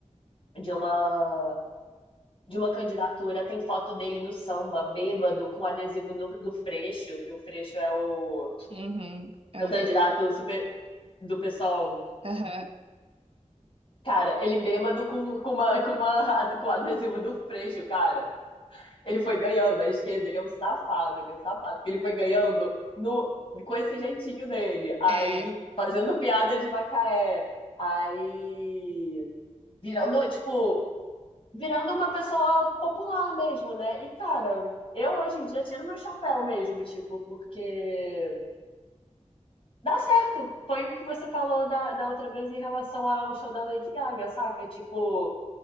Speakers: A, on the left; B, on the right.
A: de uma de uma candidatura, tem foto dele no samba, bêbado, com adesivo do do Freixo, que o Freixo é o,
B: uhum, é
A: é
B: o
A: o candidato
B: do.
A: super do pessoal.
B: Aham.
A: Cara, ele bêbado com, com, uma, com, uma, com adesivo do Freixo, cara. Ele foi ganhando a esquerda, ele é um safado, ele é um safado, porque ele foi ganhando no, com esse jeitinho dele. Aí,
B: É.
A: fazendo piada de Macaé. Aí, virando, tipo, virando uma pessoa popular mesmo, né? E, cara, eu hoje em dia tiro meu chapéu mesmo, tipo, porque dá certo. Foi o que você falou da, da outra vez em relação ao show da Lady Gaga, saca? Tipo,